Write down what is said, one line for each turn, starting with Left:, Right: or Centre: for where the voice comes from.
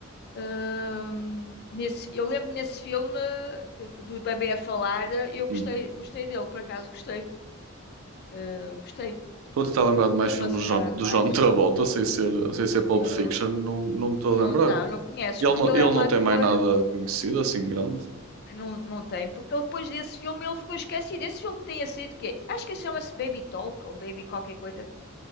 Left: hum, nesse, eu lembro que nesse filme que, que do bebê a falar, eu gostei,
Right: Hum.
Left: gostei dele, por acaso gostei. Eh, gostei.
Right: Estou a tentar lembrar de mais
Left: Mas
Right: filmes
Left: não assim
Right: do
Left: nada
Right: John, do
Left: demais.
Right: John <laughs> Travolta, sem ser, sem ser Pulp
Left: Eu
Right: Fiction, não, não me estou
Left: não,
Right: a lembrar.
Left: não, não conheces,
Right: Ele
Left: porque
Right: não,
Left: ele
Right: ele
Left: é um
Right: não
Left: ator,
Right: tem mais nada conhecido assim grande,
Left: não, não tem, porque ele depois desse filme ele ficou esquecido. Esse filme tenha saído o quê? Acho que chama-se Baby Talk ou Baby qualquer coisa.